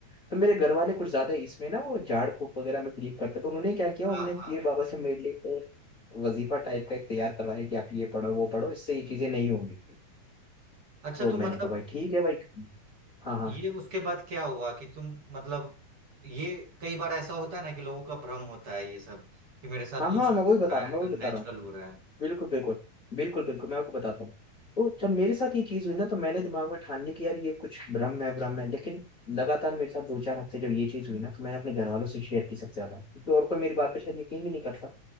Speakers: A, on the left (about 25°); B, on the right (about 45°).
A: तो मेरे घर वाले कुछ ज्यादा इसमें ना वो झाड़ फूक वगैरह में बिलीव करते तो उन्होंने क्या किया
B: हाँ
A: उन्होंने
B: हाँ
A: पीर बाबा से मेरे लिए एक वजीफा टाइप का एक तैयार करवाया कि आप ये पढ़ो वो पढ़ो इससे ये चीजें नहीं होंगी
B: अच्छा
A: तो
B: तो
A: मैंने
B: मतलब
A: कहा भाई ठीक है भाई हाँ हाँ
B: ये उसके बाद क्या हुआ कि तुम मतलब ये कई बार ऐसा होता है ना कि लोगों का भ्रम होता है ये सब कि मेरे साथ
A: हाँ
B: कुछ
A: हाँ
B: हो
A: मैं वही बता
B: रहा
A: रहा हूँ
B: है
A: मैं वही
B: अननेचुरल
A: बता रहा हूँ
B: हो रहा है
A: बिल्कुल बिल्कुल बिल्कुल बिल्कुल मैं आपको बताता हूँ तो जब मेरे साथ ये चीज हुई ना तो मैंने दिमाग में ठान ली कि यार ये कुछ भ्रम है भ्रम है लेकिन लगातार मेरे साथ दो चार हफ्ते जब ये चीज हुई ना तो मैंने अपने घर वालों से शेयर की सबसे ज्यादा तो और कोई मेरी बात पे शायद यकीन भी नहीं करता